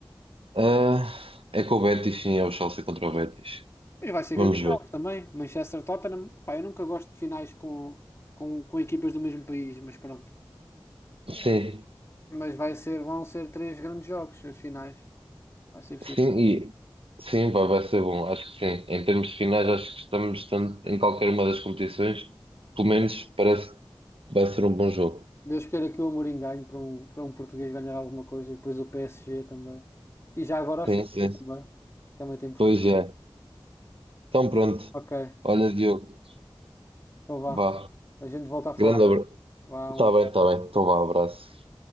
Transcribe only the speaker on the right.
Ah, é com o Betis, sim, é o Chelsea contra o Betis.
Vamos
ver.
Sim,
sim, e sim, vai, vai ser bom. Acho que sim. Em termos de finais, acho que estamos tanto em qualquer uma das competições. Pelo menos parece que vai ser um bom jogo.
Sim,
sim.
Pois é. Então pronto.
Olha, Diogo,
vá.
Grande abraço.
Está
bem, está bem. Então vá, abraço.